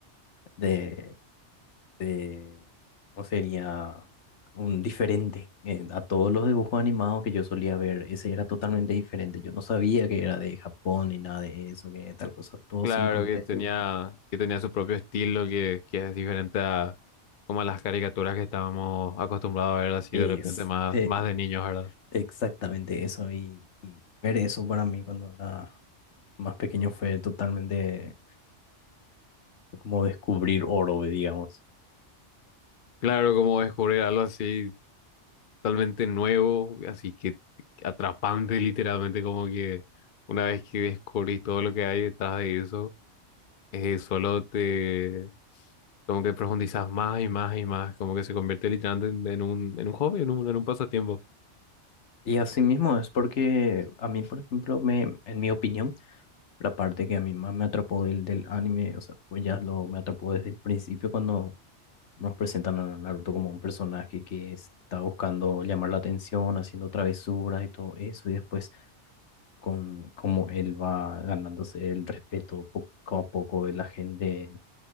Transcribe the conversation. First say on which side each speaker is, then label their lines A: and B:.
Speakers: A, on the left; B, on the left.
A: de eh, ¿cómo sería? Un diferente. eh, a todos los dibujos animados que yo solía ver, ese era totalmente diferente. Yo no sabía que era de Japón ni nada de eso, que tal cosa, todo
B: Claro
A: sin contexto.
B: que tenía, que tenía su propio estilo que, que es diferente a como a las caricaturas que estábamos acostumbrados a ver así
A: Es
B: de repente más,
A: eh,
B: más de niños, ¿verdad?
A: exactamente eso. Y, y ver eso para mí cuando era más pequeño fue totalmente como descubrir oro, digamos.
B: Claro, como descubrir algo así totalmente nuevo, así que atrapante literalmente, como que una vez que descubrís todo lo que hay detrás de eso, eh, solo te, como que profundizas más y más y más, como que se convierte literalmente en, en un, en un hobby, en un, en un pasatiempo.
A: Y así mismo es porque a mí, por ejemplo, me, en mi opinión, La parte que a mí más me atrapó del, del anime, o sea, fue ya lo me atrapó desde el principio cuando nos presentan a Naruto como un personaje que está buscando llamar la atención, haciendo travesuras y todo eso, y después con cómo él va ganándose el respeto poco a poco de la gente